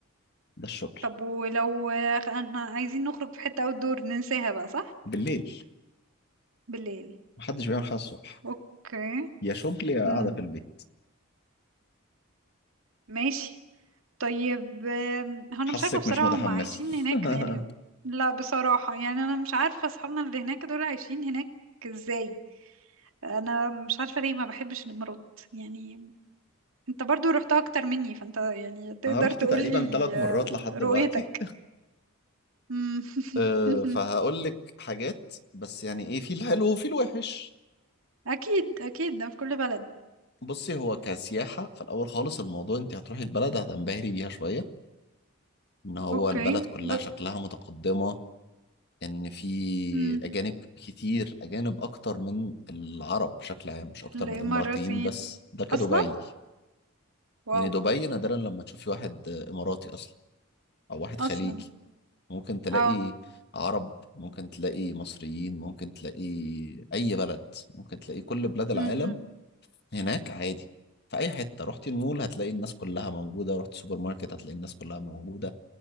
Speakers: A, on the left; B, on the right.
A: ده الشغل
B: طب ولو آه، احنا عايزين نخرج في حتة outdoor ننساها بقى صح
A: بالليل
B: بالليل
A: محدش بيعمل حاجة الصبح
B: اوكي
A: يا شغل يا قاعدة
B: امم
A: في البيت
B: ماشي طيب آم، هو انا
A: حاسك
B: مش عارفه بصراحه
A: مش متحمس
B: هم عايشين هناك
A: <laughs>
B: يعني لا بصراحه يعني انا مش عارفه اصحابنا اللي هناك دول عايشين هناك ازاي انا مش عارفه ليه ما بحبش الامارات يعني انت برضو رحتها اكتر مني فانت يعني تقدر
A: انا رحت
B: تقولي
A: تقريبا ثلاث
B: آه،
A: مرات لحد دلوقتي
B: رؤيتك مم. <laughs>
A: أه فهقول لك حاجات بس يعني ايه في الحلو وفي الوحش
B: اكيد اكيد ده في كل بلد
A: بصي هو كسياحة في الاول خالص الموضوع انت هتروحي البلد هتنبهري بيها شوية ان هو
B: اوكي
A: البلد كلها
B: ب...
A: شكلها متقدمة ان في
B: مم.
A: اجانب كتير اجانب اكتر من العرب بشكل عام مش اكتر
B: الاماراتيين
A: من الاماراتيين بس ده كدبي
B: اصلا واو
A: يعني دبي نادرا لما تشوفي واحد اماراتي اصلا او واحد
B: اصلا
A: خليجي ممكن تلاقي
B: اه
A: عرب ممكن تلاقي مصريين ممكن تلاقي اي بلد ممكن تلاقي كل بلاد العالم
B: امم
A: هناك عادي في اي حته رحت المول هتلاقي الناس كلها موجوده رحت سوبر ماركت هتلاقي الناس كلها موجوده